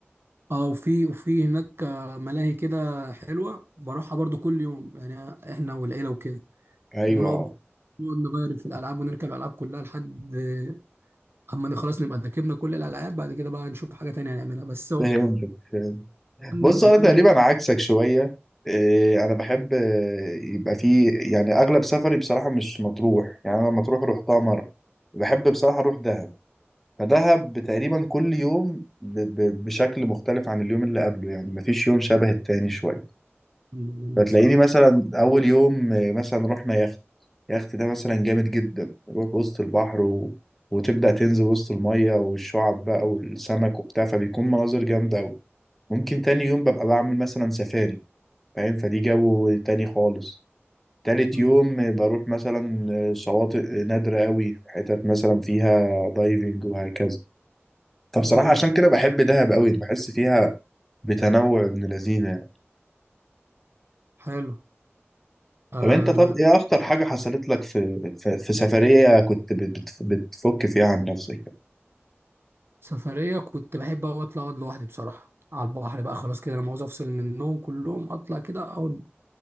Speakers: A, on the right; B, in the centre.
A: اه وفي وفي هناك آه، ملاهي كده حلوة بروحها برضو كل يوم يعني آه، احنا والعيلة وكده
B: ايوه
A: ونقعد
B: آه،
A: نقعد نغير في الألعاب ونركب الألعاب كلها لحد آه، أما خلاص نبقى ركبنا كل الألعاب بعد كده بقى نشوف حاجة تانية نعملها بس هو
B: فهمتك فهمت.
A: كان
B: بص انا
A: بقالنا
B: تقريبا
A: كتير
B: عكسك شوية إيه، انا بحب إيه، يبقى فيه يعني اغلب سفري بصراحة مش مطروح يعني انا مطروح روحتها مرة بحب بصراحة اروح دهب فدهب تقريبا كل يوم ب- ب- بشكل مختلف عن اليوم اللي قبله يعني مفيش يوم شبه التاني شوية
A: منه
B: فتلاقيني
A: بصراحة
B: مثلا اول يوم آه، مثلا رحنا يخت يخت ده مثلا جامد جدا نروح وسط البحر و... وتبدأ تنزل وسط المية والشعب بقى والسمك وبتاع فبيكون مناظر جامدة أوي ممكن تاني يوم ببقى بعمل مثلا سفاري فاهم فدي جو تاني خالص تالت
A: امم
B: يوم آه، بروح مثلا آه، شواطئ نادرة أوي حتت مثلا فيها دايفنج وهكذا فبصراحة
A: حلو
B: عشان كده بحب دهب أوي بحس فيها بتنوع ابن لذينة
A: حلو آه
B: طب انت طب ايه اخطر حاجة حصلت لك في في, في سفرية كنت بت- بت- بتفك فيها عن نفسك
A: سفرية كنت بحب أوي أطلع أقعد لوحدي بصراحة على البحر بقى خلاص كده أنا عاوز أفصل من النوم كلهم أطلع كده أقعد